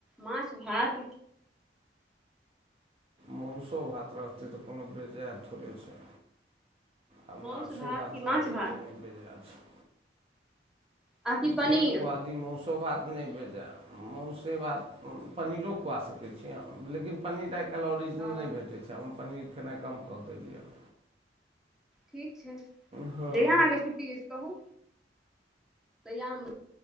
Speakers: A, in the centre; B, on the right.
A: माछ भात
B: मौसो भात रहतै तऽ कोनो बेजायत न थोड़े छै आ
A: माउस
B: माछो भात
A: कि
B: रहतै
A: माछ भात
B: तऽ नैय बेजाय छै
A: आ कि पनीर
B: जे खुआदी मौसो भात नय बे मौसे भात पनीरो खुआ सकै छी हम लेकिन पनीर आ आइकाल्हि ऑरिजिनल
A: अ
B: नय भेटै छै हम पनीर खेइना कम कऽ देलियऽ
A: ठीक छै जहिया
B: हँ
A: अहाँके छुट्टी अछि कहू तहिआ हम